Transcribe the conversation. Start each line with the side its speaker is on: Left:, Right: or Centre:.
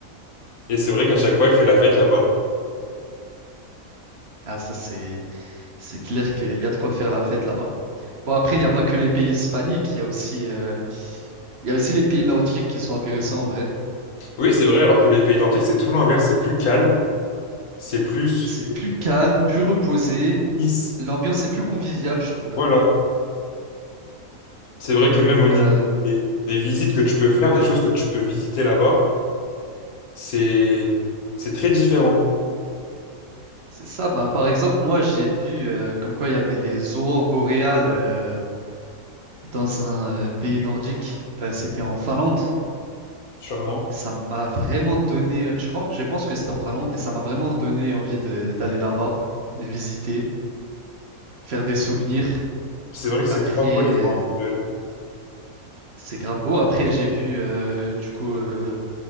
Left: Et c'est vrai qu'à chaque fois, elle fait la fête là-bas.
Right: ah, ça, c'est, c'est clair qu'il y a de quoi faire la fête là-bas. Bon, après, il n'y a pas que les pays hispaniques, il y a aussi, euh, il y a aussi les pays nordiques qui sont intéressants en vrai.
Left: Oui, c'est vrai, alors que les pays nordiques, c'est tout l'inverse, c'est plus calme, c'est plus
Right: C'est plus calme, plus reposé,
Left: lisse.
Right: l'ambiance est plus conviviale, je trouve.
Left: Voilà. C'est vrai que même au niveau
Right: Euh,
Left: des, des visites que tu peux faire, des choses que tu peux visiter là-bas, c'est c'est très différent,
Right: c'est ça, bah, par exemple, moi j'ai vu euh, comme quoi il y avait les aurores boréales euh, dans un euh, pays nordique, Euh, c'était en Finlande,
Left: sûrement.
Right: et ça m'a vraiment donné, je crois, je pense que c'était en Finlande, et ça m'a vraiment donné envie de- d'aller là-bas, de visiter, faire des souvenirs.
Left: C'est vrai que c'est
Right: Après.
Left: grave beau les voir
Right: euh,
Left: en réel.
Right: C'est grave beau. Après, j'ai vu, euh, du coup, euh,